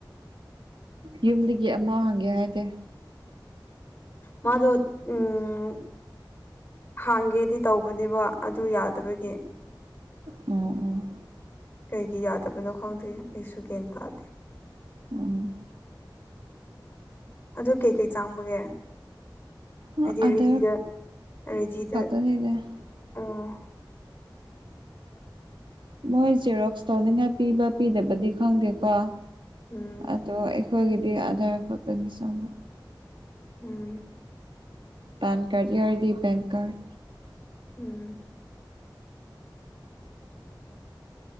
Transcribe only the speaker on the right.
ꯌꯨꯝꯗꯒꯤ ꯑꯃ ꯍꯪꯒꯦ ꯍꯥꯏꯗꯤꯦ
ꯎꯝ ꯎꯝ
ꯎꯝ
ꯑꯣ
ꯑꯙꯔ
<unintelligible>
ꯃꯣꯏ ꯖꯦꯔꯣꯛꯁ ꯇꯧꯅꯤꯡꯉꯥꯏ ꯄꯤꯕ ꯄꯤꯗꯕꯗꯤ ꯈꯪꯗꯦꯀꯣ ꯑ
ꯑꯗꯣ ꯑꯩꯈꯣꯏꯒꯤꯗꯤ ꯑꯙꯥꯔ ꯈꯛꯇꯅꯤ ꯆꯪꯕ
ꯄꯥꯟ ꯀꯥꯔꯠ ꯌꯥꯎꯔꯗꯤ ꯄꯦꯟ ꯀꯥꯔꯠ